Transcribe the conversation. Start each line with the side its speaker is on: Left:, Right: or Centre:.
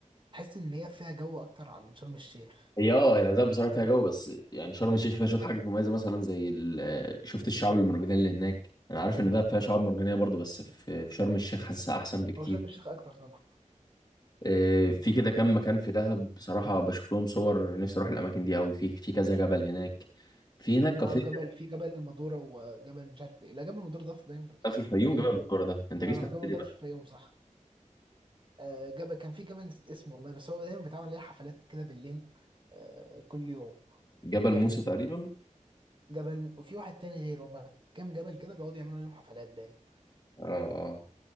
Right: تحس ان هي فيها جو اكتر عن شرم الشيخ
Left: هي اه يعني ده بصراحه فيها جو بس يعني شرم الشيخ فيها شويه حاجات مميزه مثلا زي ال- آه، شفت الشعاب المرجانيه اللي هناك انا عارف ان ده فيها شعاب مرجانيه برضه بس في في شرم الشيخ حاسسها احسن بكتير
Right: هو شرم الشيخ اكتر طبعا
Left: آه، في كده كام مكان في دهب بصراحه بشوف لهم صور نفسي اروح الاماكن دي قوي في في كذا جبل هناك في هناك كافيه
Right: اه جبل
Left: كده
Right: في جبل المدورة وجبل مش عارف ايه لا جبل المدورة ده في باين في
Left: في الفيوم
Right: الفيوم
Left: جبل المنورة ده انت جيت
Right: اه
Left: في الحته
Right: جبل المدورة
Left: دي بقى
Right: في الفيوم صح آه، جاب كان في جبل نسيت اسمه والله بس هو دايما بيتعمل ليه حفلات كده بالليل آه، كل يوم
Left: جبل موسى تقريبا
Right: جبل وفي واحد تاني غيره هما كام جبل كده بيقعدوا يعملوا ليهم حفلات باين
Left: اه اه آه.